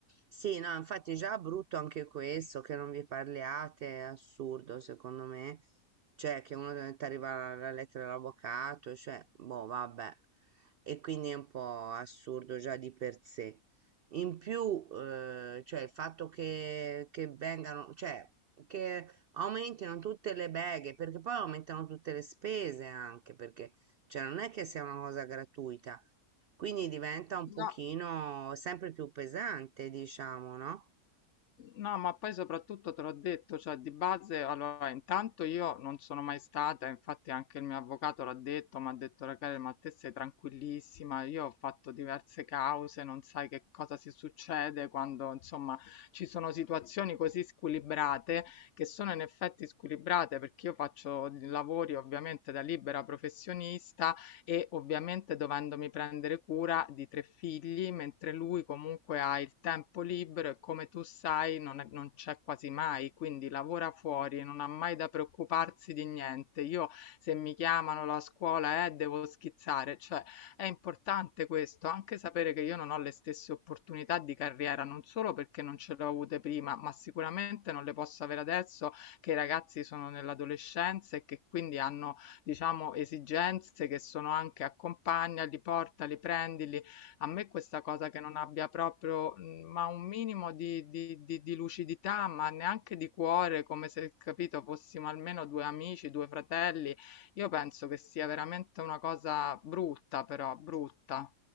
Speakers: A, on the right; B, on the left.
A: Sì, no, infatti già brutto anche questo, che non vi parliate, è assurdo secondo me. Cioè, che uno ti arriva la, la lettera dall'avvocato, cioè, boh, vabbè. E quindi è un po' assurdo già di per sé. In più, eh, cioè, il fatto che, che vengano, cioè, che aumentino tutte le beghe, perché poi aumentano tutte le spese anche, perché, cioè, non è che sia una cosa gratuita. Quindi diventa un
B: No.
A: pochino sempre più pesante, diciamo, no?
B: No, ma poi soprattutto te l'ho detto, cioè di base, allora intanto io non sono mai stata, infatti anche il mio avvocato l'ha detto, mi ha detto Rachele, ma te sei tranquillissima, io ho fatto diverse cause, non sai che cosa si succede quando insomma ci sono situazioni così squilibrate, che sono in effetti squilibrate perché io faccio lavori ovviamente da libera professionista e ovviamente dovendomi prendere cura di 3 figli, mentre lui comunque ha il tempo libero e come tu sai non, è- non c'è quasi mai, quindi lavora fuori, non ha mai da preoccuparsi di niente. Io se mi chiamano la scuola eh, devo schizzare, cioè è importante questo, anche sapere che io non ho le stesse opportunità di carriera, non solo perché non ce le ho avute prima, ma sicuramente non le posso avere adesso che i ragazzi sono nell'adolescenza e che quindi hanno diciamo, esigenze che sono anche accompagnali, portali, prendili. A me questa cosa che non abbia proprio mh, ma un minimo di, di, di, di lucidità, ma neanche di cuore, come se, capito, fossimo almeno due amici, due fratelli, io penso che sia veramente una cosa brutta, però, brutta.